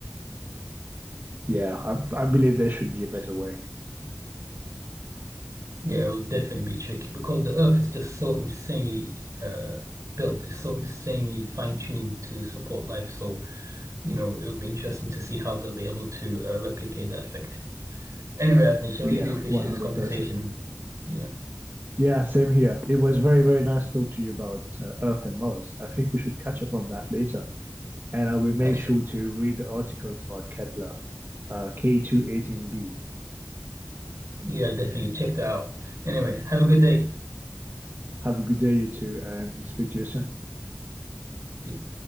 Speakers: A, on the right; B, on the right.
A: Yeah, I, I believe there should be a better way.
B: Yeah, it'll definitely be tricky because the Earth is just so insanely uh, built. It's so insanely fine-tuned to support life. So, you know, it'll be interesting to see how they'll be able to uh, replicate that effect. Anyway, Avnish, I
A: Yeah,
B: really do appreciate
A: 100%.
B: this conversation. Yeah,
A: Yeah, same here. It was very, very nice to talk to you about uh, Earth and Mars. I think we should catch up on that later. And I will make
B: absolutely.
A: sure to read the articles about Kepler, uh, K218b.
B: Yeah, definitely. Check that out. Anyway, have a good day.
A: Have a good day, you two, and speak to you soon.
B: See you.